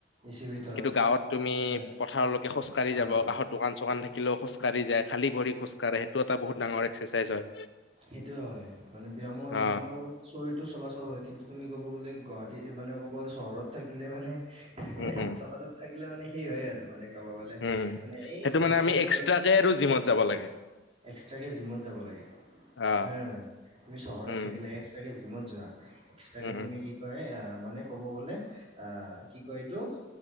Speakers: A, on the right; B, on the left.
A: এচি ভিতৰত
B: কিন্তু গাঁৱত তুমি
A: হয়নে নহয়
B: পথাৰলৈকে খোজ কাঢ়ি
A: অ
B: যাব
A: অ
B: কাষত দোকান চোকান থাকিলেও খোজ কঢ়া- খোজকাঢ়ি যায়। খালি ভৰি খোজকাঢ়ে সেইটো এটা বহুত ডাঙৰ একসাৰচাইজ হয়।
A: সেইটোয়ে হয় মানে ব্যয়ামো হৈ
B: অ
A: য তোমাৰ ক'ব শৰীৰটো চলাচল হয়। কিন্তু- তুমি ক'ব গ'লে গুৱাহাটীত মানে ক'ব গ' চহৰত থাকিলে মানে
B: উম উম
A: চহৰত থাকিলে মানে- সেই হয় আৰু মানে ক'ব গ'লে
B: উম
A: মানে এই
B: সেইটো
A: খোজকাঢ়ি
B: মানে আমি এক্সট্ৰাকে
A: কিয় জাম
B: আৰু জিমত যাব
A: অ
B: লাগে
A: এক্সট্ৰাকে জিমত যাব লাগে।
B: অ
A: হ তুমি চহৰত
B: উম
A: থাকিলে এক্সট্ৰাকে জিমত যোৱা এক্সট্ৰাকে
B: উম
A: তুমি
B: উম
A: কি কয় অঁ মানে ক'ব গলে আহ কি কয় এইটো-